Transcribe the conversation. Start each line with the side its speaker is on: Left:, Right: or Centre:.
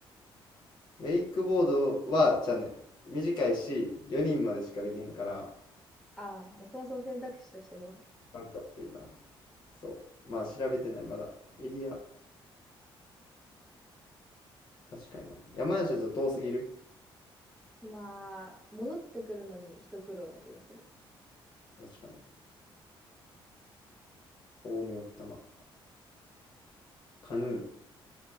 Left: ウェイクボードは、じゃあね、短いし、4人までしかできへんから、
Centre: ああ、もうそもそも選択肢としても。
Left: 間経ってんな。そう。まあ調べてない。まだエリア、確かにな。山梨はちょっと遠すぎる
Centre: まあ、戻ってくるのに一苦労な気がする。
Left: 確かに。青梅奥多摩。カヌー。